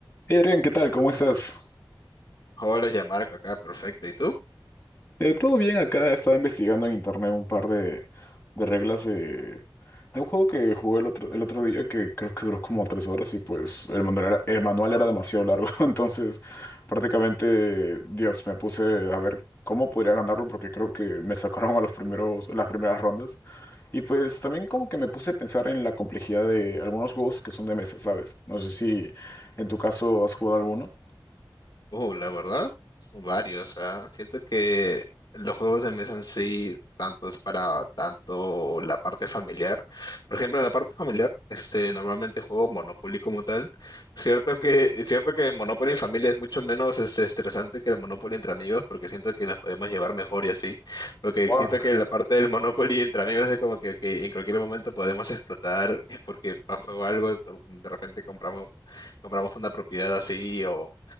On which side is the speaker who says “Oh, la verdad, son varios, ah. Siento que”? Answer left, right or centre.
Left